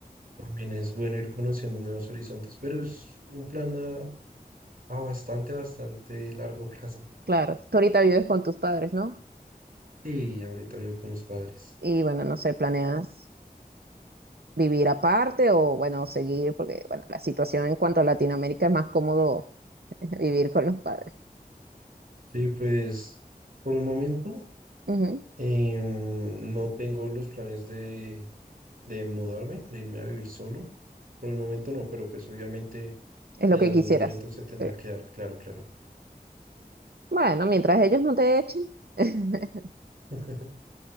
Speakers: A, on the right; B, on the right.
A: también es bueno ir conociendo nuevos horizontes, pero es un plan a, A bastante, bastante largo <laughs> plazo.
B: claro. Tú ahorita vives con tus padres, ¿no?
A: Sí, ahorita vivo con mis padres.
B: Y bueno, no sé, ¿planeas vivir aparte o, bueno, seguir? Porque, bueno, la situación en cuanto a Latinoamérica es más cómodo <laughs> vivir con los padres.
A: Sí, pues por el momento
B: Ujú,
A: em, no tengo los planes de, de mudarme, de irme a vivir solo. Por el momento no, pero pues obviamente
B: Es
A: en
B: lo que
A: algún
B: quisieras.
A: momento se tendrá
B: Sí.
A: que dar, claro, claro.
B: Bueno, mientras ellos no te echen. <laughs>
A: <laughs>